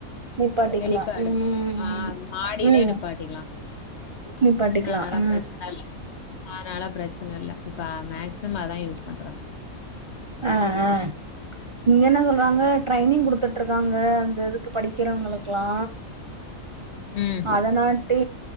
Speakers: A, on the right; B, on the left.
A: நிப்பாட்டிக்கலா
B: எளிப்பேடு
A: ம்
B: ஆ மாடிலே
A: ம்
B: நிப்பாட்டிக்கலா
A: நிப்பாட்டிக்கலா
B: அதனால
A: ஆ
B: பிரச்சன இல்ல அதனால பிரச்சன இல்ல இப்ப மேக்சிம அதா யூஸ் பண்றாங்க
A: ஆ ஆ இங்க என்ன சொல்றாங்க ட்ரைனிங் குடுத்துட்ருக்காங்க அந்த இதுக்கு படிக்கிறவங்கக்கல்லா
B: ம்.
A: அதனாட்டு